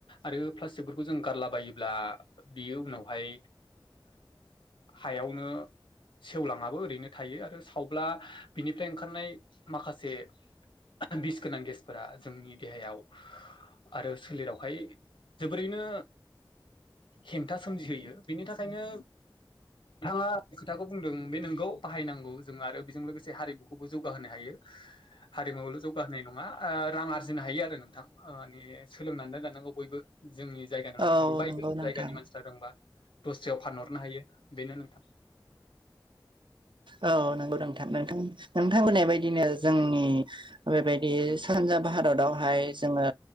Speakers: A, on the left; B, on the right.
A: आरो प्लास्टिकफोरखौ जों गारलाबायोब्ला बियो उनावहाय हायावनो सेवलाङाबो ओरैनो थायो आरो सावब्ला बिनिफ्राय ओंखारनाय माखासे बिस गोनां गेसफोरा जोंनि देहायाव आरो सोलेरावहाय जोबोरैनो हेंथा सोमजिहोयो बेनि थाखायनो नोंथाङा खोथाखौ बुंदों बे नोंगौ बाहायनांगौ जों आरो बेजों लोगोसे हारिमुखौबो जौगाहोनो हायो। हारिमुवावल' जौगाहोनाय नङा ओ रां आर जिनो हायो आरो नोंथां ओ माने सोलोंनानै लानांगौ बयबो। जोंनि जायगानि मानसिफ्राबो
B: औ
A: बायगोन
B: नंगौ नोंथां
A: जायगानि मानसिफ्रा रोंबा दस्रायाव फानहरनो हायो बेनो नोंथां।
B: औ नंगौ नोंथां नोंथां नोंथां बुंनाय बायदिनो जोंनि बेबायदि सानजा भारतावहाय जोङो